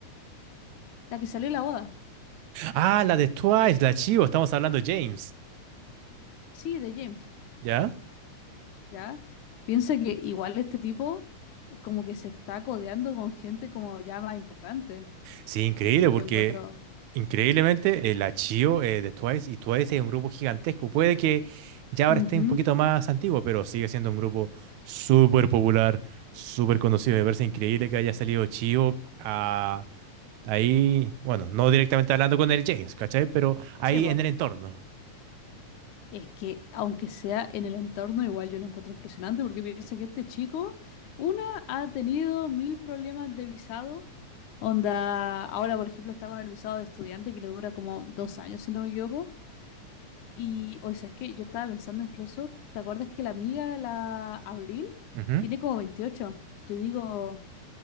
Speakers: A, on the left; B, on the right.
A: La que salió en la boda.
B: Ah, la de Twice, la Chivo. Estamos hablando de James.
A: Sí, de James.
B: ¿Ya?
A: ¿ya? Piensa que igual este tipo como que se está codeando con gente como ya más importante.
B: Sí, increíble,
A: Yo
B: porque
A: encuentro...
B: increíblemente eh, la Chivo eh, de Twice y Twice es un grupo gigantesco. Puede que ya ahora
A: Ujú.
B: esté un poquito más antiguo, pero sigue siendo un grupo súper popular, súper conocido. Me parece increíble que haya salido Chivo a, ahí, bueno, no directamente hablando con el James, ¿cachai? Pero ahí
A: Sí, po.
B: en el entorno.
A: Es que aunque sea en el entorno, igual yo lo encuentro impresionante porque piensa que este chico, una, ha tenido mil problemas de visado. Onda, ahora por ejemplo está con el visado de estudiante que le dura como dos años, si no me equivoco. Y, o sea, es que yo estaba pensando incluso, ¿te acuerdas que la amiga, la Abril,
B: Ujú.
A: tiene como 28? Yo digo...